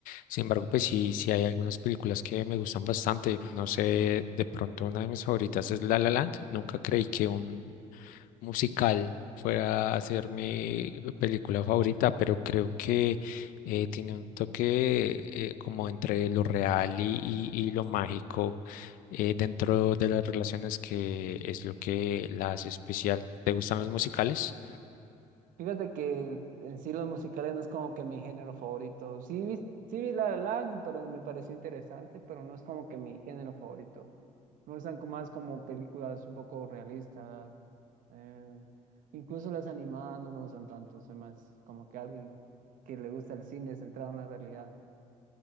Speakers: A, on the left; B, on the right.
A: Sin embargo, pues sí, sí hay algunas películas que me gustan bastante. No sé, de pronto una de mis favoritas es La La Land. Nunca creí que un musical fuera a ser mi película favorita, pero creo que eh, tiene un toque eh, como entre lo real y, y- y lo mágico eh, dentro de las relaciones que es lo que la hace especial. ¿Te gustan los musicales?
B: Fíjate que en sí los musicales no es como que mi género favorito. Sí vi, sí vi La La Land, pero me pareció interesante, pero no es como que mi género favorito. Me gustan co- más como películas un poco realistas. eh, incluso las animadas no me gustan tanto. Soy más como que alguien que le gusta el cine centrado en la realidad.